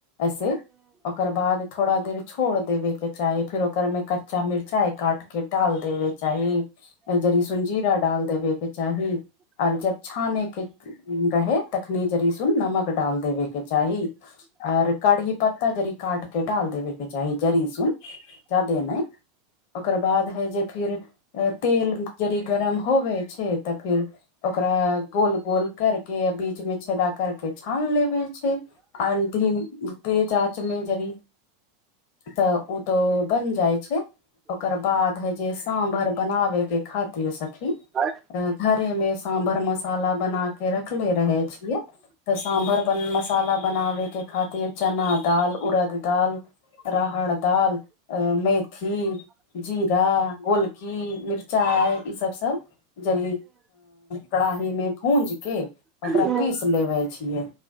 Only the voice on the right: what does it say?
हं
हूँ
हूँ